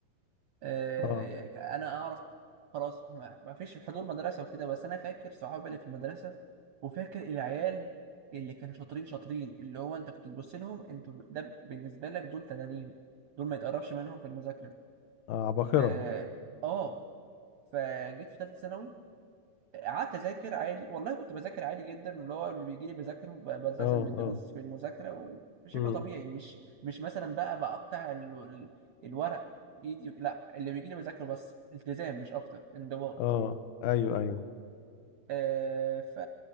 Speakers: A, on the right; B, on the left.
A: آه،
B: اه
A: انا اعرف خلاص ما ما فيش حضور مدرسه وكده بس انا فاكر صحابي اللي في المدرسه وفاكر العيال اللي كانوا شاطرين شاطرين اللي هو انت كنت تبص لهم انتوا ده بالنسبه لك دول تنانين دول ما يتقربش منهم في المذاكره
B: اه عباقره
A: اه آه، فجيت في ثالثه ثانوي قعدت اذاكر عادي والله كنت بذاكر عادي جدا اللي هو اللي بيجي لي بذاكره ب- بلتزم
B: اه
A: بالدروس
B: اه
A: في المذاكره وبشكل
B: امم
A: طبيعي مش مش مثلا بقى بقطع ال... ال- الورق في ايدي لا اللي بيجي لي بذاكره بس التزام مش اكتر انضباط
B: اه ايوه ايوه
A: آه ف